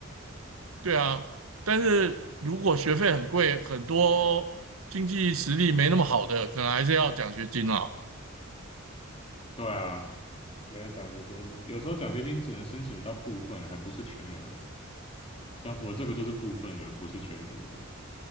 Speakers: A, on the right; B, on the left.
A: 对啊，但是如果学费很贵，很多经济实力没那么好的，可能还是要奖学金啦。
B: 对啊，没有奖学金，有时候奖学金只能申请到部分，还不是全额。像我这个就是部分额，不是全额的。